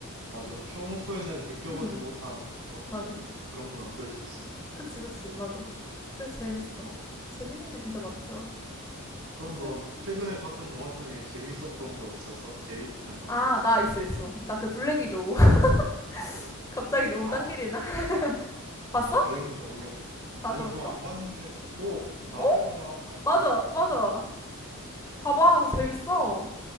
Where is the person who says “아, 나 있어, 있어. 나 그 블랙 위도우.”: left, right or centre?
Left